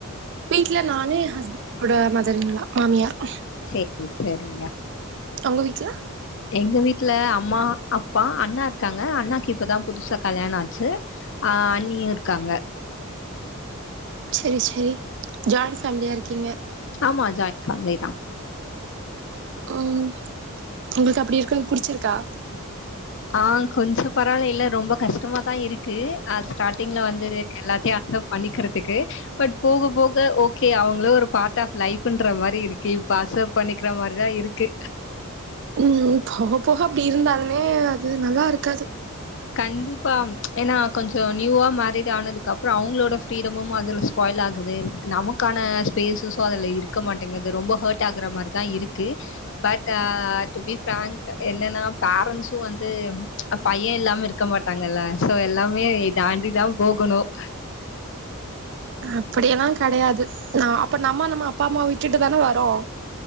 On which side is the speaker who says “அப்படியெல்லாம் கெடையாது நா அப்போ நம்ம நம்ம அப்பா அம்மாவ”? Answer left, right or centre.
Right